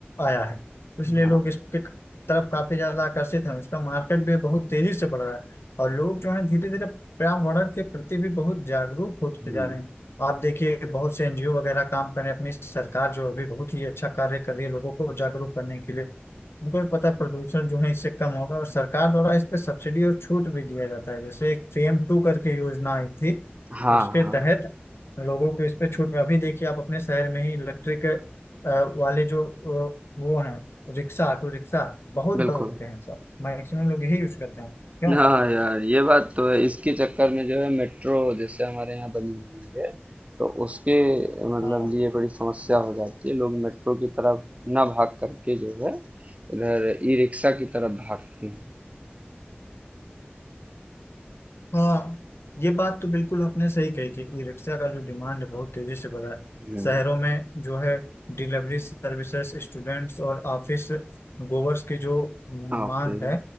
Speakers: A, on the left; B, on the right.
A: आया है इसलिए
B: हाँ।
A: लोग इसके तरफ काफी ज्यादा आकर्षित हैं इसका मार्केट भी बहुत तेजी से बढ़ रहा है और लोग जो है धीरे धीरे पर्यावरण के प्रति भी बहुत जागरूक होते
B: हुँ।
A: जा रहे हैं आप देखिए बहुत से एनजीओ वगैरह काम कर रहे हैं अपनी सरकार जो अभी बहुत ही अच्छा कार्य कर रही है लोगों को जागरूक करने के लिए बिल्कुल पता प्रदूषण जो है इससे कम होगा और सरकार द्वारा इस पे सब्सिडी और छूट भी दिया जाता है जैसे एक फेम टू करके योजना आई थी
B: हाँ,
A: उसके
B: हाँ,
A: तहत लोगों को इस पे छूट में अभी देखिए आप अपने शहर में ही इलेक्ट्रिक वाले जो अ, वो हैं रिक्शा ऑटो रिक्शा बहुत
B: बिल्कुल।
A: दौड़ते हैं सब मैक्सिमम लोग यही यूज करते हैं क्यों
B: हाँ यार, ये बात तो है, इसके चक्कर में जो है मेट्रो जैसे हमारे यहाँ बनी हुई है, तो उसके मतलब
A: हाँ
B: लिए बड़ी समस्या हो जाती है। लोग मेट्रो की तरफ ना भाग करके जो है, इधर ई-रिक्शा की तरफ भागते हैं।
A: हाँ ये बात तो बिल्कुल आपने सही कही कि ई रिक्शा का जो डिमांड है बहुत तेजी से बढ़ रहा है
B: हुँ,
A: शहरों में जो है डिलीवरी सर्विसेज स्टूडेंट्स और ऑफिस गोवर्स की जो
B: ओके।
A: मांग है